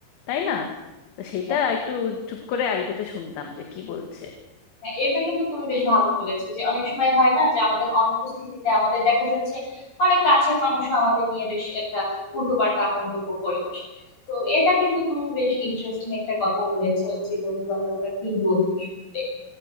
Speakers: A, on the left; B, on the left.
A: তাই না তো সেটা
B: হ্যাঁ
A: একটু চুপ করে আড়ি পেতে শুনতাম যে কি বলছে
B: হ্যাঁ এটা কিন্তু তুমি বেশ ভালো বলেছো যে অনেক সময় হয় না যে আমাদের অনুপস্থিতিতে আমাদের দেখা যাচ্ছে অনেক কাছের মানুষও আমাদের নিয়ে বেশ একটা উল্টোপাল্টা মন্তব্য করে বসে তো এটা কিন্তু তুমি বেশ ইন্টারেস্টিং একটা কথা বলেছো যে বন্ধু বান্ধবরা কি বলতো শুনতে